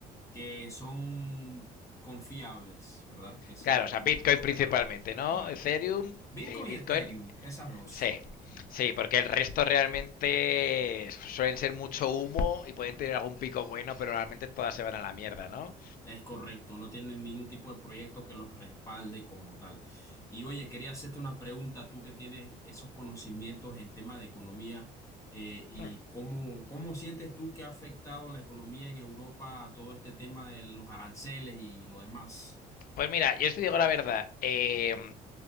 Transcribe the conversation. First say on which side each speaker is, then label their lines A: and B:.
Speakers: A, on the left; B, on the left.
A: que son confiables, ¿verdad? Que sean
B: Claro, o sea,
A: confiables,
B: Bitcoin principalmente, ¿no?
A: claro.
B: Ethereum,
A: Bitcoin
B: eh, Bitcoin
A: y Ethereum, esas dos.
B: Sí,
A: Ujú.
B: sí, porque el resto realmente suelen ser mucho humo y pueden tener algún pico bueno, pero realmente todas se van a la mierda, ¿no?
A: Es correcto, no tienen ningún tipo de proyecto que los respalde como tal. Y oye, quería hacerte una pregunta, tú que tienes esos conocimientos en tema de economía, eh, y
B: Hmm.
A: cómo, cómo sientes tú que ha afectado la economía en Europa a todo este tema de los aranceles y lo demás.
B: Pues mira, yo os digo la verdad, eh,